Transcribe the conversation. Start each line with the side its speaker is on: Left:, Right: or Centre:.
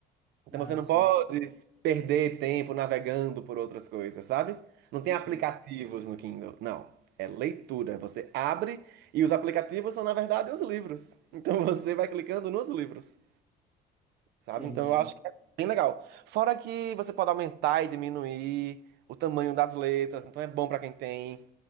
Right: Então
Centre: Ah,
Right: você não
Centre: sim.
Right: pode perder tempo navegando por outras coisas, sabe? Não tem
Centre: Uhum,
Right: aplicativos no Kindle, não. É leitura. Você abre e os aplicativos são, na verdade, os livros. <laughs> Então você vai clicando nos livros, sabe?
Centre: entendi.
Right: Então eu acho que é bem legal. Fora que você pode aumentar e diminuir o tamanho das letras, então é bom para quem tem